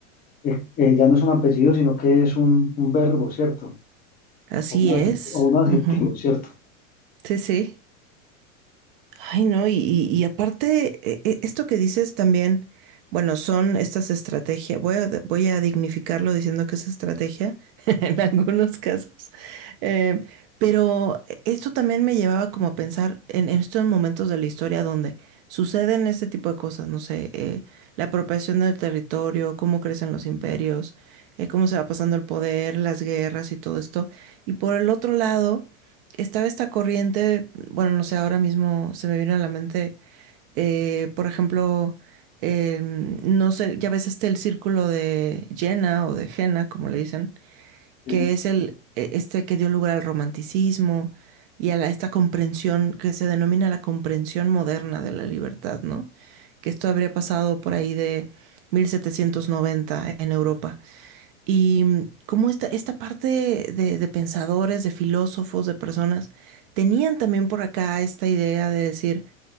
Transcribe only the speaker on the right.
Así
es.
Ujú.
Sí, sí. Ay, no, y, y- y aparte, e- e- esto que dices también, bueno, son estas estrategias, voy a, voy a dignificarlo diciendo que es estrategia <laughs> en algunos casos, eh, pero esto también me llevaba como a pensar en, en estos momentos de la historia donde suceden este tipo de cosas, no sé, eh, la apropiación del territorio, cómo crecen los imperios, eh, cómo se va pasando el poder, las guerras y todo esto, y por el otro lado estaba esta corriente, bueno, no sé, ahora mismo se me vino a la mente, eh, por ejemplo, eh, no sé, ya ves este el círculo de Jena o de Jena, como le dicen,
que es el, eh, este que dio lugar al romanticismo y a la- esta comprensión que se denomina la comprensión moderna de la libertad, ¿no? Que esto habría pasado por ahí de 1790 en Europa. Y cómo esta, esta parte de, de pensadores, de filósofos, de personas, tenían también por acá esta idea de decir,